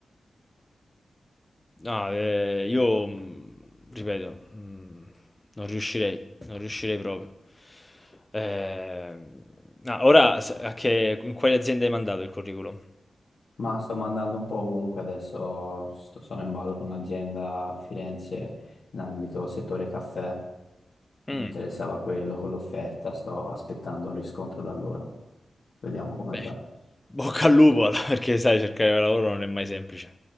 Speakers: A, on the left (about 15°); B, on the left (about 60°).
A: No, eh, io mh, ripeto, mh, non riuscirei, non riuscirei proprio. Eh, no, ora se- a che, in quale azienda hai mandato il curriculum?
B: Ma sto mandando un po' ovunque, adesso sto- sono in ballo con un'azienda a Firenze in ambito settore caffè, mi
A: Mm,
B: interessava quello con l'offerta, sto aspettando un riscontro da loro, vediamo come andrà.
A: beh, Bocca al lupo, <laughs> allora, perché sai, cercare lavoro non è mai semplice.